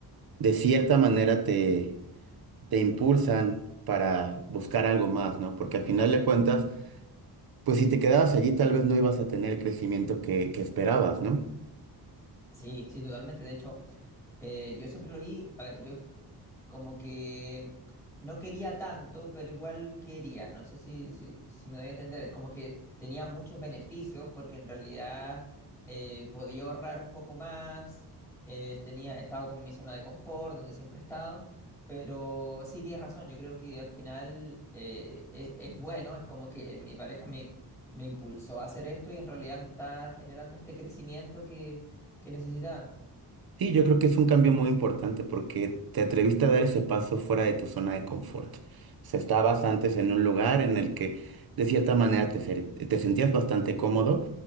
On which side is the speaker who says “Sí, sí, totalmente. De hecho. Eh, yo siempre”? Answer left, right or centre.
Centre